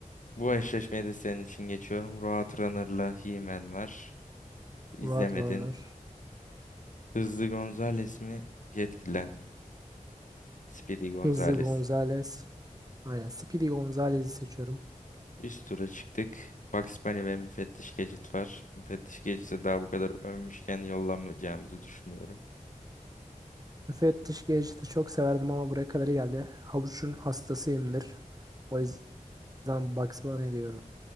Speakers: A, on the left; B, on the right.
A: Bu eşleşmeyi de senin için geçiyorum. Roadrunner'la He-Man var. İzlemedin.
B: Roadrunner.
A: Hızlı Gonzales mi? Yetkililer mi? Speedy Gonzales.
B: Hızlı Gonzales. Aynen. Speedy Gonzales'i seçiyorum.
A: Üst tura çıktık. Bugs Bunny ve Müfettiş Gadget var. Müfettiş Gadget'i daha bu kadar övmüşken yollamayacağımızı düşünüyorum.
B: Müfettiş Gadget'ı çok severdim ama buraya kadar iyi geldi. Havuç'un hastasıyımdır. O yüzden Bugs Bunny diyorum.